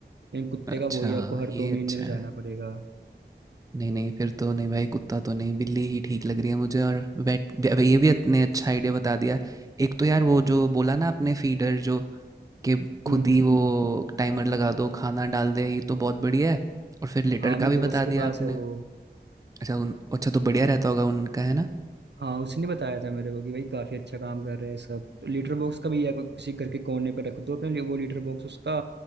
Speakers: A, on the right (about 75°); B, on the right (about 20°).
A: लेकिन कुत्ते
B: अच्छा
A: का वही
B: हाँ
A: आपको हर
B: ये
A: दो महीने
B: अच्छा
A: में
B: है
A: जाना पड़ेगा
B: नहीं नहीं फिर तो नहीं भाई कुत्ता तो नहीं बिल्ली ही ठीक लग रही है मुझे और वेट ये भी इतने अच्छा आइडिया बता दिया एक तो यार वो जो बोला ना आपने फीडर जो कि खुद
A: हम्म
B: ही
A: हम्म
B: वो
A: हम्म।
B: टाइमर लगा दो खाना डाल दे ये तो बहुत बढ़िया है और फिर लिटर
A: हाँ मेरे
B: का भी
A: दोस्त
B: बता
A: के
B: दिया
A: पास
B: आपने
A: है वो
B: अच्छा उन अच्छा तो बढ़िया रहता होगा उनका है ना
A: हाँ उसने बताया था मेरे को कि भाई काफी अच्छा काम कर रहे हैं सब तो लीटर बॉक्स का भी या कोई- किसी घर के कोने पर रख दो अपने लिए वो लीटर बॉक्स उसका